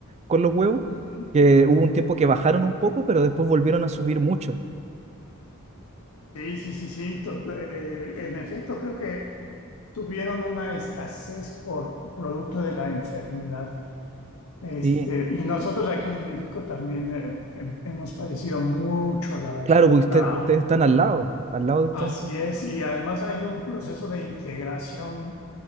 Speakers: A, on the right; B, on the left.
A: con los huevos,
B: Ujú.
A: que hubo un tiempo que bajaron un poco, pero después volvieron a subir mucho.
B: Sí, sí, sí, sí. to- eh, en efecto, creo que tuvieron una escasez por producto de la enfermedad. Este,
A: Sí,
B: y nosotros aquí en México también eh, hem- hemos padecido mucho la,
A: claro, pues
B: la...
A: usted- ustedes están al lado, al lado de Estados
B: Así
A: Unidos.
B: es. Y además hay un proceso de integración